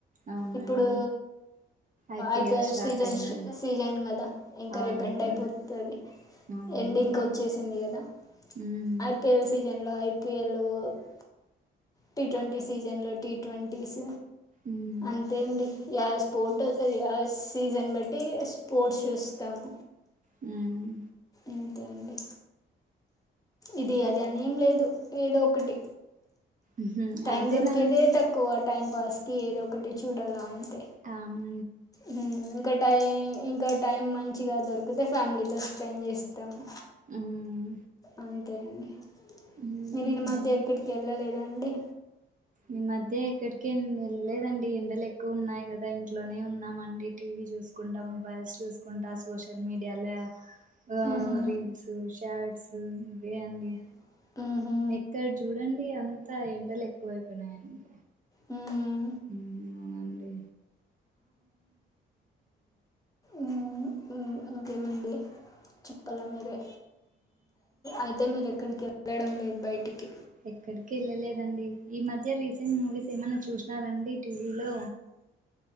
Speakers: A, on the right; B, on the left.
A: అవునండి
B: ఇప్పుడూ
A: ఐపిఎల్
B: ఐపీఎల్
A: స్టార్ట్
B: సీజన్స్
A: అయింది
B: సీజన్ కదా ఇంకా
A: అవునండి
B: రేపు ఎండ్ అయిపోతది.
A: అవునండి
B: ఎండింగ్కి వచ్చేసింది కదా
A: ఉమ్
B: ఐప్ జన్ లో ఐపిఎలు జన్ టి ట్వంటీ సీజన్ లో టీ ట్వంటీస్
A: ఉమ్
B: అంతే అండి యా స్పోర్ట్ యా సీజన్ బట్టి స్పోర్ట్స్ చూస్తామ్
A: హ్మ్
B: ఇంతే అండి ఇది అది అని ఏం లేదు ఏదో ఒ ఒకటి
A: ఉహు
B: టైం
A: అంతేనండి
B: దొరికేదే తక్కువ టైమ్ పాస్ కి ఏదో ఒకటి చూడాల అంత్
A: అవును
B: హ్మ్ ఇంకా టై ఇంకా టైం మంచిగా దొరికితే ఫ్యామిలీతో స్పెండ్ చేస్తాము
A: హ్మ్
B: అవి తెండి
A: ఉమ్
B: మీరు ఈన మధ్య ఎక్కడికి వెళ్ళలేద అండి
A: ఈ మధ్య ఎక్కడికి వెళ్ళలేదండి ఎండలు ఎ క్కువ ఉన్నాయి కదా ఇంట్లోనే ఉన్నామండి టీవీ చూసుకుంటా మొబైల్స్ చూసుకుంటా సోషల్ మీడియాల ఆ
B: మ్హూ.
A: రీల్స్ శాట్ ఇవే అండి
B: అండి మ్హూ.
A: ఎక్కడ చూడండి అంతా ఎండలు ఎక్క క్కువైపోయినాయి అండి
B: హ్మ్మ్
A: మ్మ్ నండి
B: మ్మ్ ఇంకేమండి చెప్పాల మీరే అయితే మీరెక్కడికి మేడం పోయింది బయటికి
A: ఎక్కడికి వెళ్ళలేదండి ఈ మధ్య రీసెంట్ మూవీస్ ఏమన్నా చూసినారండి టీవీలో